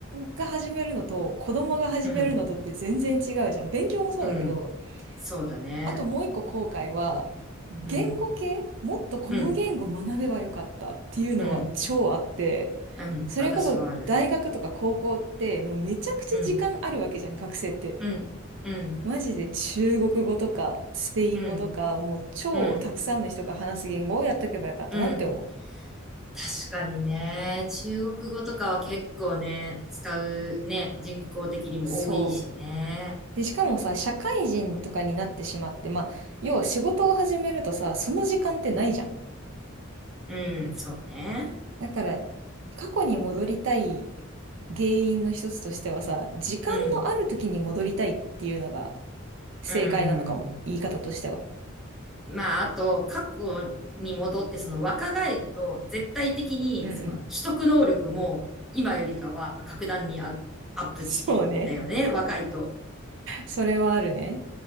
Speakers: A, on the right (about 65°); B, in the centre.
A: が始めるのと、子供が始めるのとって全然違うじゃん。
B: うん
A: 勉強もそうだけど、
B: うん。そうだね。
A: あともう一個後悔は、言語系もっとこの言語学べばよかったっていうのは超あって、
B: うん。うん。うん。うん。
A: それこそ大学とか高校ってもうめちゃくちゃ時間あるわけじゃん、
B: 私もある。うん。
A: 学生って。
B: うん。うん。
A: マジで中国語とかスペイン語とか、
B: うん。
A: もう超たくさんの人が話す言語をやっとけばよかったなって思う。
B: うん。うん。確かにね。中国語とかは結構ね、使うね、人口的にも多いしね。
A: そう。で、しかもさ、社会人とかになってしまって、まあ、要は仕事を始めるとさ、その時間ってないじゃん。
B: うん。そうね。
A: だから、過去に戻りたい原因の一つとしてはさ、時間のある時に戻りたいっていうのが
B: うん。
A: 正解なのかも。
B: うん。
A: 言い方としては。
B: まあ、あと、過去に戻って、その若返ると、絶対的に、
A: うんうん。
B: その取得能力も、今よりかは格段にアアップしてるんだよね、
A: そうね。
B: 若いと。
A: それはあるね。